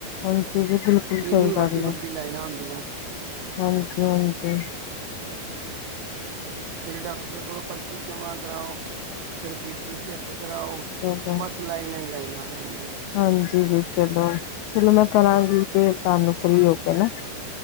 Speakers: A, on the left; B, on the right.
A: ਹਾਂਜੀ ਜੀ ਬਿਲਕੁਲ ਸਹੀ
B: ਇਨੀ ਵੱਡੀ
A: ਗੱਲ
B: ਵੱਡੀ
A: ਹੈ
B: ਲਾਈਨਾਂ ਹੁੰਦੀਆਂ
A: ਹਾਂਜੀ ਹਾਂਜੀ
B: ਫੀ ਡਾਕਟਰ ਕੋਲ ਪਰਤੀੀ ਜਮ੍ਹਾਂ ਕਰਾਓ ਫਿਰ ਬੀ ਪੀ ਚੈੱਕ ਕਰਾਓ
A: ਚਲੋ
B: ਬਸ ਲਾਈ ਨਹੀਂ ਲਾਈਣਾ ਲਾਈ ਨਹੀਂ ਲਾਈਣਾ
A: ਹਾਂਜੀ ਜੀ ਚਲੋ ਚਲੋ ਮੈਂ ਕਰਾਂਗੀ ਫੇ ਤੁਹਾਨੂੰ ਫਰੀ ਹੋ ਕੇ ਨਾ